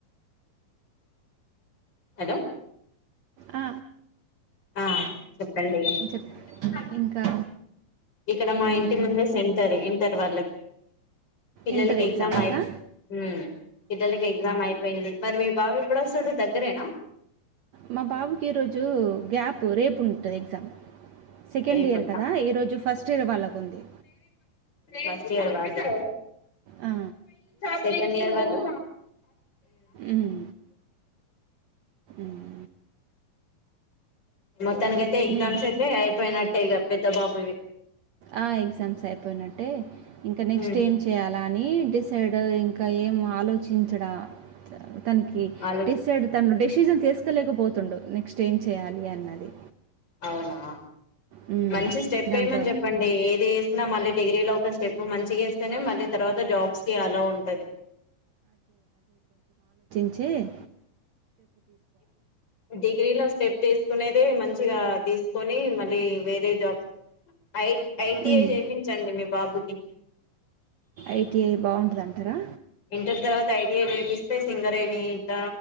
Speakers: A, on the left; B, on the right.
A: అడ
B: ఆ
A: ఆ చెప్పండి ఇగ
B: చెప్ ఇంకా
A: ఇక్కడ మా
B: మ్,
A: ఇంటి ముందే సెంటర్ ఇంటర్ వాళ్ళకి పిల్లలకి
B: ఇంటర్ ఎగ్జామ్స్గా
A: ఎగ్జామ్ అయి ఉమ్ పిల్లలకి ఎగ్జామ్ అయిపోయింది మరి బాబ్ ఎప్పుడు వస్తాడు దగ్గరేనా
B: మా బాబుకి ఈ రోజూ గ్యాప్ రేపు ఉంది ఉంటది ఎగ్జామ్ సెకండ్
A: రేపుందా
B: ఇయర్ కదా ఈ రోజు ఫస్ట్ ఇయర్ వాళ్ళకు ఉంది
A: ఫస్ట్ ఇయర్ వాళ్ళు
B: ఆ,
A: సెకండ్ ఇయర్ వాళ్లు
B: మ్, మ్,
A: మొత్తానికైతే
B: అదే.
A: ఎగ్జామ్స్
B: మీ
A: అయితే అయిపోయినట్టే ఇగ పెద్ద బాబు దె
B: ఆ ఎగ్జామ్స్ అయిపోయినట్టే ఇంక నెక్స్ట్
A: ఉమ్
B: ఏం చేయాలా నీ డిసైడ్ ఇంకా ఏం ఆలోచించడా తనకి
A: వాళ్ళకి
B: డిసైడ్ తను డెసీషన్ తీసు కోలేకపోతుండు నెక్స్ట్ ఏం చేయ్యాలి అన్నది
A: అవునా
B: హ్మ్.
A: మంచి స్టెప్
B: దాంట్లో
A: ఏమని చెప్పండి ఏదీ మళ్ళీ డిగ్రీ లో ఒక స్టెప్ మంచిగ ఏస్తనే మళ్ళీ తర్వాత జాబ్స్ కి అల్లో ఉంటంది
B: చే
A: డిగ్రీలో స్టెప్ ఏసి కునేదే మంచిగా తీసుకొని మళ్ళీ వేరే జాబ్స్ ఐ ఐటీఐ
B: హ్మ్.
A: చేపిన్చండి మీ బాబు ఎ
B: ఐటీఐ బాగుంటదంటరా
A: ఇంటర్ తర్వాత ఐటీఐ చేపిస్తే సింగరేణి ఇట్లా